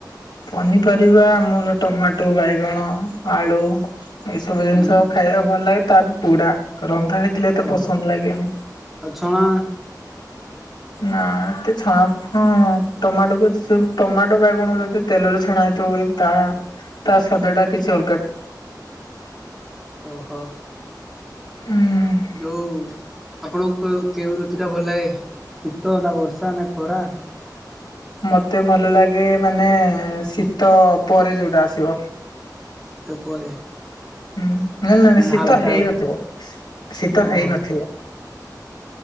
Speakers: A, on the left; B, in the centre.
A: ପନିପରିବା ଆମର ଟମାଟୋ, ବାଇଗଣ, ଆଳୁ ଏଇସବୁ
B: ହୁଁ
A: ଜିନିଷ ଖାଇବା ଭଲ ଲାଗେ ତା ବି ପୁଡା। ରନ୍ଧା ହେଇଥିଲେ ଏତେ
B: ଓହ
A: ପସନ୍ଦ ଲାଗେନି।
B: ଆଉ ଛଣା?
A: ନା ଏତେ ଛଣା ଫଆଁ ଟମାଟୋକୁ ସବୁ ଟମାଟୋ ବାଇଗଣ ଯଦି ତେଲରେ ଛଣା ହେଇଥିବ ବୋଲି ତା ତା ସ୍ଵାଦ ଟା କିଛି ଅଲଗା।
B: ଓହୋ।
A: ହୁଁ।
B: ଯୋଉ ଆପଣ କ-କେଉଁ ଋତୁ ଟା ଭଲ ଲାଗେ ଶୀତ ନା ବର୍ଷା ନା ଖରା?
A: ମୋତେ ଭଲ ଲାଗେ ମାନେ ଶୀତ ପରେ ଯୋଉଟା ଆସିବ।
B: ଶୀତ ପରେ?
A: ହୁଁ, ନା ନାଇଁ
B: ମାନେ
A: ନାଇଁ ଶୀତ
B: ହାଲକା
A: ହେଇ
B: ହାଲ
A: ନଥିବ, ଶୀତ
B: ଓହୋ
A: ହେଇ ନଥିବ।